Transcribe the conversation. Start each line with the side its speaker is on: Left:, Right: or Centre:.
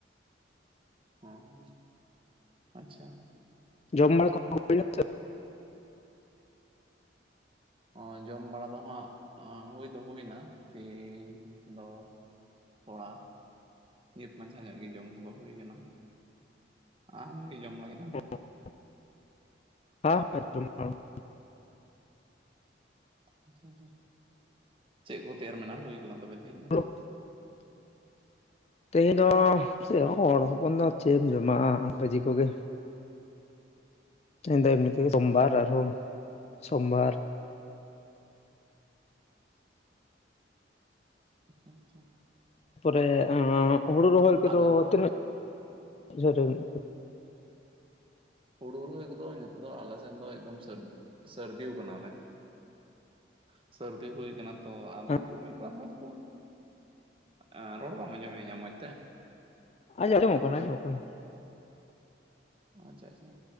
Right: ᱦᱚᱸ ᱦᱚᱸ ᱟᱪᱪᱷᱟ᱾
Left: ᱡᱚᱢ ᱵᱟᱲᱟ ᱠᱚ <unintelligible> ᱱᱟ?
Right: ᱚ ᱡᱚᱢ ᱵᱟᱲᱟ ᱫᱚ ᱦᱟᱸᱜ ᱦᱩᱭ ᱫᱚ ᱦᱩᱭᱱᱟ ᱛᱮᱦᱮᱧ ᱫᱚ ᱠᱚᱲᱟ ᱱᱤᱛ ᱢᱟᱪᱷᱟ ᱧᱚᱜ ᱜᱮ ᱡᱚᱢ ᱠᱚᱫᱚ ᱦᱩᱭ ᱠᱟᱱᱟ᱾ ᱟᱢ ᱜᱮ ᱡᱚᱢ ᱵᱟᱲᱟ ᱠᱮᱫᱟᱢ?
Left: <unintelligible>
Right: ᱟᱪᱪᱷᱟ ᱟᱪᱪᱷᱟ᱾ ᱪᱮᱫ ᱠᱚ ᱛᱮᱭᱟᱨ ᱢᱮᱱᱟᱜ-ᱟ ᱦᱳᱭ ᱞᱮᱱᱟ ᱛᱚᱵᱮ ᱛᱮᱦᱮᱧ ᱫᱚ?
Left: <inaudible> ᱛᱮᱦᱮᱧ ᱫᱚ ᱥᱮ ᱦᱚᱸᱲ ᱦᱚᱯᱚᱱ ᱫᱚ ᱪᱮᱫ ᱮᱢ ᱡᱚᱢ-ᱟ <inaudible> ᱵᱷᱟᱹᱡᱤ ᱠᱚ ᱜᱮ᱾ ᱛᱮᱦᱮᱧ ᱫᱚ ᱮᱢᱱᱤ ᱛᱮ ᱜᱮ ᱥᱳᱢᱵᱟᱨ
Right: ᱦᱚᱸ
Left: ᱟᱨᱦᱚᱸ
Right: ᱦᱚᱸ
Left: ᱥᱳᱢᱵᱟᱨ
Right: ᱟᱪᱪᱷᱟ
Left: ᱯᱚᱨᱮ ᱟᱸ ᱦᱩᱲᱩ ᱨᱚᱦᱚᱭ ᱠᱚᱫᱚ
Right: ᱟᱞᱮ ᱫᱚ
Left: ᱛᱤᱱᱟᱹᱜ ᱡᱟᱹᱨ ᱨᱮ ᱢᱮᱱᱟ ᱟᱠᱟᱫᱟ?
Right: ᱦᱩᱲᱩ ᱨᱚᱦᱚᱭ ᱠᱚᱫᱚ ᱱᱤᱛᱚᱜ ᱫᱚ ᱟᱞᱮ ᱥᱮᱱ ᱫᱚ ᱮᱠᱫᱚᱢ ᱥᱟᱹᱨ ᱥᱟᱹᱨᱫᱤᱣ ᱠᱟᱱᱟ ᱞᱮ᱾ ᱥᱟᱹᱨᱫᱤ ᱦᱩᱭ ᱠᱟᱱᱟ ᱛᱚ᱾
Left: ᱟᱠᱟᱫᱟ?
Right: ᱟᱫᱚᱢ ᱠᱚ ᱢᱤᱫ ᱵᱟᱨ ᱦᱚᱸᱲ ᱫᱚᱠᱚ ᱮᱸ ᱨᱚᱲ ᱵᱟᱢ ᱟᱸᱡᱚᱢᱮᱜ-ᱟ ᱤᱧᱟᱹᱜ ᱢᱚᱡᱽ ᱛᱮ?
Left: ᱟᱸᱡ ᱟᱡᱚᱢ ᱟᱡᱢᱚᱜ ᱠᱟᱱᱟ ᱟᱡᱢᱚᱜ ᱠᱟᱱᱟ ᱾
Right: ᱟᱪᱪᱷᱟ ᱟᱪᱪᱷᱟ,